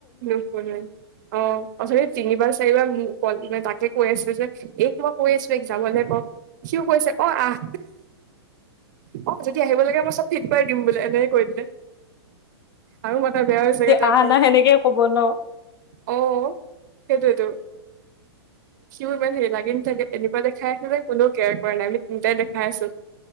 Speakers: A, on the right (about 45°); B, on the left (about 60°).
A: <unintelligible> অ অথনি তিনিবাৰ চাৰিবাৰ কে তাকে কৈ আছে যে এইক মই কৈ আছ ও এইক যাবলে কওক। সিও কৈছে অ আহ। অ যদি আহিব লাগে মই চব থিক কৰি দিম বোলে এনেকে কৈ দিলে, আৰু মাথা বেয়া হৈছেগে। তাইৰ
B: আহনা
A: বাৰু
B: সেনেকে ক'ব ন।
A: অ সেইটোৱেটো। সিও ইমান হেৰি লাগি নাথাকে। এনেকুৱা দেখাই আছে যে কোনো কেয়াৰ কৰা নাই আমি দুইতাই দেখাই আছো,